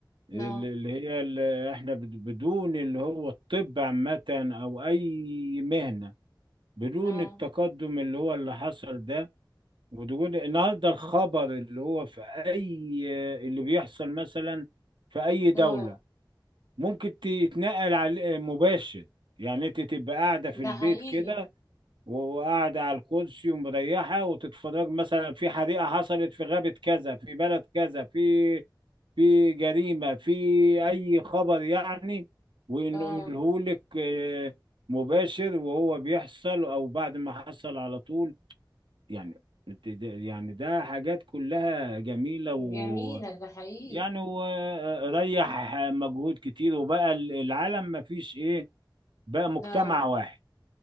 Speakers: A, on the right (about 85°); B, on the left (about 40°).
A: ال-
B: اه
A: اللي هي اللي احنا بد- بدون اللي هو الطب عامه او اي مهنه بدون
B: اه
A: التقدم اللي هو اللي حصل ده ودون النهارده الخبر اللي هو في اي اللي بيحصل مثلا في اي دولة
B: اه
A: ممكن تتنقل على مباشر يعني انت تبقى قاعدة في
B: ده
A: البيت
B: حقيقي
A: كده وقاعدة على الكرسي ومريحة وتتفرج مثلا في حريقة حصلت في غابة كذا في بلد كذا في في جريمة في أي خبر يعني وإنه
B: اه
A: يقولهولك آه، مباشر وهو بيحصل أو بعد ما حصل على طول يعني ده- يعني ده حاجات كلها جميلة و
B: جميلة ده حقيقي
A: يعني وريح مجهود كتير وبقى ال- العالم ما فيش إيه بقى مجتمع
B: اه
A: واحد